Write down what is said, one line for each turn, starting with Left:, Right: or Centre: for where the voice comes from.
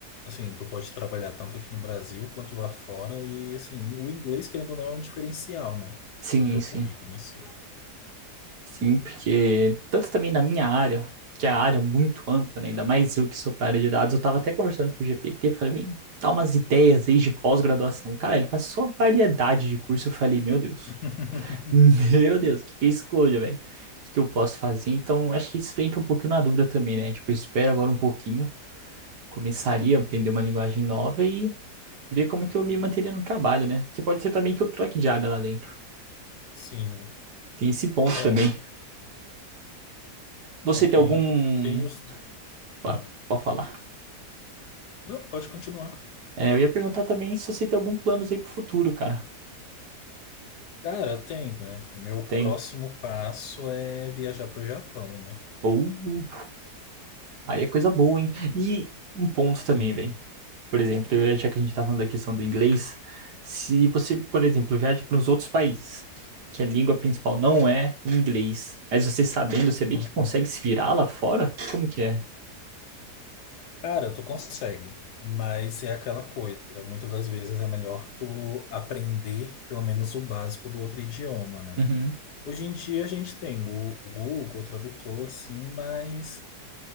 Left: Assim, tu pode trabalhar tanto aqui no Brasil quanto lá fora e, assim, o inglês, querendo ou não, é um diferencial, né?
Right: Sim,
Left: Pro teu
Right: sim.
Left: currículo em si.
Right: Sim, porque tanto também na minha área, que é a área muito ampla, né? Ainda mais eu que sou para a área de dados, eu estava até conversando com o GPT, falei, bem, dá umas ideias aí de pós-graduação. Cara, ele passou uma variedade de curso, eu falei, meu Deus,
Left: <laughs>
Right: <laughs> meu Deus, o que que eu escolho, velho? O que que eu posso fazer? Então, acho que isso entra um pouquinho na dúvida também, né? Tipo, eu espero agora um pouquinho, começaria a aprender uma linguagem nova e ver como que eu me manteria no trabalho, né? Que pode ser também que eu troque de área lá dentro.
Left: Sim,
Right: Tem esse ponto
Left: é,
Right: também. Você
Left: né, tem,
Right: tem algum...
Left: tem jus-
Right: Ah,
Left: ah,
Right: Pode falar.
Left: não, pode continuar.
Right: É, eu ia perguntar também se você tem algum planos aí pro futuro, cara.
Left: Cara, tem, né, meu
Right: Tem.
Left: próximo passo é viajar para o Japão, né?
Right: Uh, aí é coisa boa, hein? E um ponto
Left: Sim,
Right: também, velho. Por exemplo, eu- já que a gente tá falando da questão do inglês, se você, por exemplo, viaja para uns outros países, que a língua principal não é o inglês, mas você sabendo, você bem
Left: Uhum.
Right: que consegue se virar lá fora? Como que é?
Left: Cara, tu consegue, mas é aquela coisa. Muitas das vezes é melhor tu aprender pelo menos o básico do outro idioma, né?
Right: Uhum.
Left: Hoje em dia a gente tem o o Google Tradutor, assim, mas